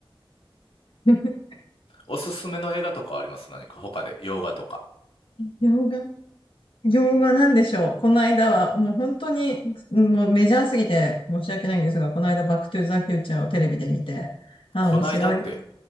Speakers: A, on the left; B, on the left.
A: <laughs>
B: おすすめの映画とかあります何か他で、洋画とか。
A: 洋画洋画なんでしょう。この間は、もう本当に、もうメジャーすぎて申し訳ないんですが、この間、バックトゥーザフューチャーをテレビで見て、ああ、
B: こないだって、
A: 面白い。